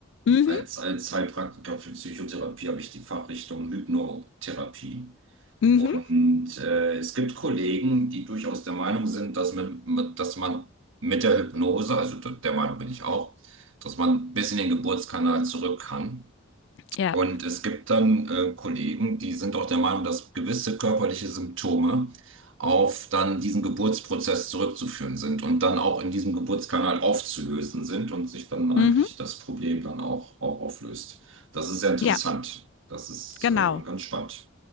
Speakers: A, on the left (about 60°); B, on the right (about 70°).
A: mhm,
B: Als, als Heilpraktiker für Psychotherapie habe ich die Fachrichtung Hypnotherapie.
A: mhm,
B: Und äh, es gibt Kollegen, die durchaus der Meinung sind, dass, mit, mit, dass man mit der Hypnose, also d- der Meinung bin ich auch, dass man bis in den Geburtskanal zurück kann.
A: ja,
B: Und es gibt dann äh, Kollegen, die sind auch der Meinung, dass gewisse körperliche Symptome auf dann diesen Geburtsprozess zurückzuführen sind und dann auch in diesem Geburtskanal aufzulösen sind und sich dann eigentlich
A: mhm,
B: das Problem dann auch, auch auflöst. Das ist sehr interessant.
A: ja,
B: Das ist
A: genau.
B: äh, ganz spannend.